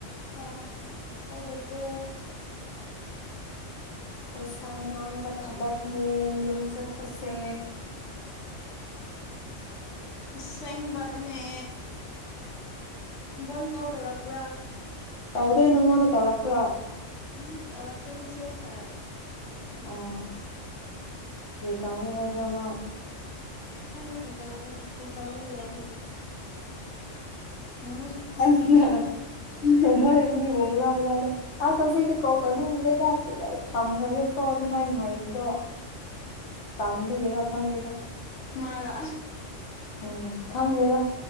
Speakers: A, on the left (about 80°); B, on the left (about 65°).
A: ꯑꯥ ꯎꯄꯥꯏ ꯂꯩꯇꯦ
B: ꯑꯁ ꯄꯩꯁꯥ ꯃꯥꯡꯕ ꯊꯕꯛꯅꯦ ꯌꯨꯝ ꯆꯠꯄꯁꯦ
A: ꯑꯁꯦꯡꯕꯅꯦ ꯕꯣꯟ ꯀꯣꯜ ꯇꯧꯔꯛꯄ꯭ꯔꯥ
B: ꯇꯧꯗꯦ ꯅꯪꯉꯣꯟꯗ ꯇꯧꯔꯛꯄ꯭ꯔꯥ
A: ꯎꯝ ꯇꯧꯔꯛꯇꯦ ꯃꯦꯁꯦꯁ ꯊꯥꯔꯛꯑꯦ
B: ꯑꯣ ꯀꯔꯤ ꯇꯧꯋꯦ ꯍꯥꯏꯕ꯭ꯔꯥ ꯃꯥ
A: ꯈꯪꯗꯦ ꯀꯔꯤꯇꯧꯔꯤꯅꯣ ꯀ꯭ꯔꯤꯇꯧꯔ ꯂꯩ ꯎꯝ
B: ꯑꯗꯨꯅ <unintelligible> ꯑꯁ ꯍꯧꯖꯤꯛꯛꯇꯤ ꯀꯣꯜ ꯊꯧꯅꯤꯡꯗ꯭ꯔꯦꯗ ꯊꯝꯈ꯭ꯔꯒꯦ ꯀꯣ ꯑꯗꯨꯃꯥꯏꯅ ꯍꯥꯏꯕꯗꯣ ꯇꯟꯕꯒꯤꯔ ꯈꯪꯗꯦꯗ
A: ꯃꯥꯔꯣ
B: ꯎꯝ ꯈꯪꯗꯦꯗ